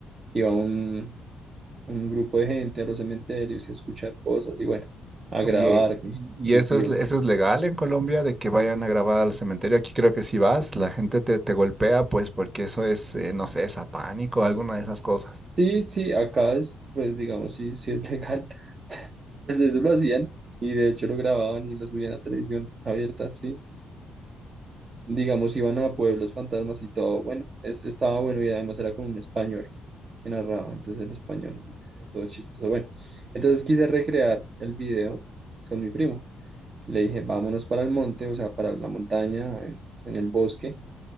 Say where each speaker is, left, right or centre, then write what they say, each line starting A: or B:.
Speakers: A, on the right; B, on the right.
A: iba un, un grupo de gente a los cementerios y a escuchar cosas y bueno, a
B: Oye,
A: grabar
B: ¿y
A: con sus
B: y
A: dispositivos.
B: eso es, eso es legal en Colombia de que vayan a grabar al cementerio? Aquí creo que si vas, la gente te, te golpea, pues porque eso es, eh, no sé, satánico, alguna de esas cosas.
A: Sí, sí, acá es, pues digamos, sí, sí es legal. <laughs> Pues eso lo hacían y de hecho lo grababan y lo subían a televisión abierta, sí. Digamos, iban a pueblos fantasmas y todo. Bueno, es, estaba bueno y además era con un español que narraba, entonces el español, eh, todo chistoso. Bueno, entonces quise recrear el video con mi primo. Le dije, vámonos para el monte, o sea, para la montaña, en en el bosque